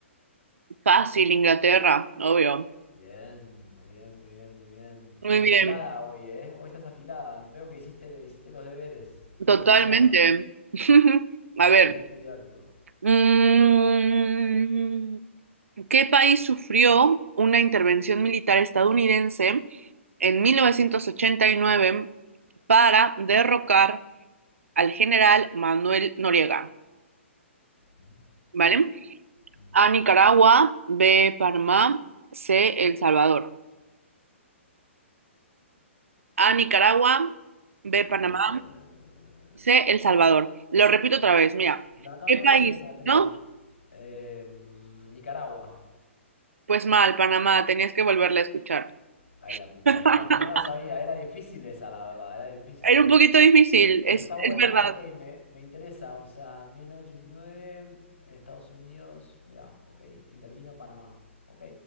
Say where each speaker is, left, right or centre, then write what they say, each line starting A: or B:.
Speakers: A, on the right; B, on the left.
A: Fácil, Inglaterra, obvio.
B: Bien, muy bien, muy bien, muy bien.
A: Muy
B: Estás afilada
A: bien,
B: hoy, ¿eh? Hoy estás afilada. Veo que hiciste, hiciste los deberes. Estuviste
A: totalmente.
B: estudiando.
A: <laughs> A
B: Estuviste
A: ver,
B: estudiando.
A: mm, ¿qué país sufrió una intervención militar estadounidense en 1989 para derrocar al general Manuel Noriega,
B: Mm,
A: ¿vale?
B: mm.
A: A Nicaragua, B, Panamá, C, El Salvador. A Nicaragua, B, Panamá,
B: Eh...
A: C, El Salvador. Lo repito otra vez, mira,
B: No, no,
A: ¿qué
B: no,
A: país?
B: lo tengo, lo tengo.
A: ¿No?
B: Eh, mm, Nicaragua.
A: Pues mal, Panamá, tenías que volverla a escuchar.
B: Ay, la pucha.
A: <laughs>
B: No, es que no la sabía. Era difícil esa, la verdad, era difícil.
A: Era un poquito difícil,
B: Pero
A: es,
B: está buena,
A: es verdad.
B: ok, me, me interesa. O sea, 1989, Estados Unidos, mirá, ok. Intervino Panamá. Ok,